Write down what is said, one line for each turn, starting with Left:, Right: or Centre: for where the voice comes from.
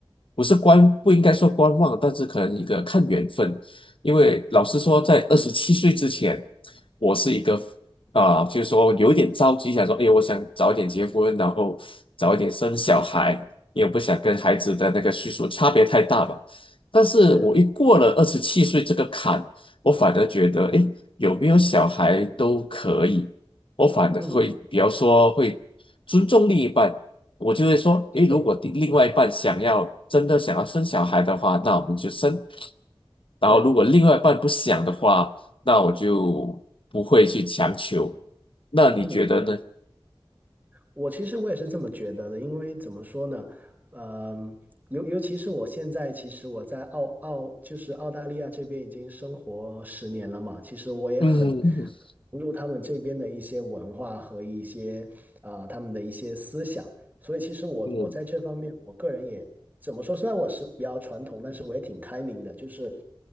Left: 不是观，不应该说观望，但是可能一个看缘分，因为老实说，在二十七岁之前。我是一个啊，就是说有点着急，想说，哎，我想早一点结婚，然后早一点生小孩，因为不想跟孩子的那个岁数差别太大吧。但是我一过了二十七岁这个坎，
Right: 是，
Left: 我反而觉得，哎，有没有小孩都可以，我反而会比较说会尊重另一半，
Right: 嗯，
Left: 我就会说，哎，如果另另外一半想要真的想要生小孩的话，
Right: 是，
Left: 那我们就生。然后，
Right: 对，
Left: 如果另外一半不想的话，那我就不会去强求。那你觉得呢？
Right: 嗯嗯，我其实我也是这么觉得的，因为怎么说呢，嗯、尤尤其是我现在，其实我在澳澳就是澳大利亚这边已经生活十年了嘛，其实我也很
Left: 嗯嗯嗯
Right: 融入他们这边的一些文化和一些啊、他们的一些思想，所以其实我我在这方面，
Left: 嗯
Right: 我个人也怎么说，虽然我是比较传统，但是我也挺开明的，就是